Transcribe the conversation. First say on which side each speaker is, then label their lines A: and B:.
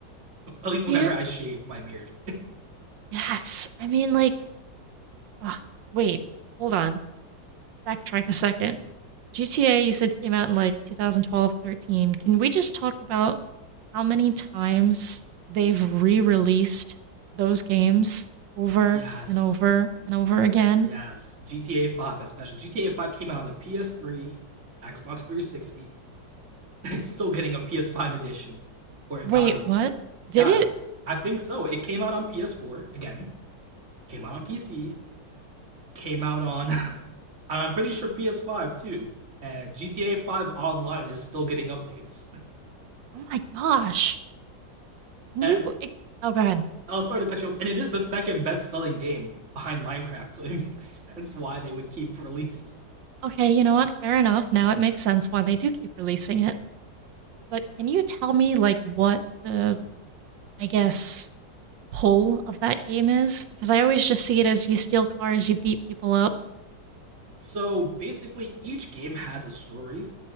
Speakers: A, on the right; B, on the right.
A: <laughs> At least whenever
B: Yeah.
A: I shave my beard.
B: Yes. I mean like, ugh, wait. Hold on. Backtrack a second. GTA you said came out in like 2012, 13. Can we just talk about how many times they've re-released those games over
A: Yes.
B: and over and over again?
A: Yes. GTA 5 especially. GTA 5 came out on the PS3, Xbox 360. <laughs> It's still getting a PS5 edition. Or it
B: Wait,
A: got it.
B: what? Did
A: Yes.
B: it?
A: I think so. It came out on PS4 again. Came out on PC. Came out on <laughs> and I'm pretty sure PS5 too. And GTA 5 online is still getting updates.
B: Oh my gosh. Can
A: And
B: you? e, Oh, go ahead.
A: I'll sorry to cut you off. And it is the second best selling game behind Minecraft, so <laughs> it makes sense why they would keep releasing it.
B: Okay, you know what? Fair enough. Now it makes sense why they do keep releasing it. But can you tell me, like, what the, I guess, pull of that game is? Because I always just see it as you steal cars, you beat people up.
A: So basically, each game has a story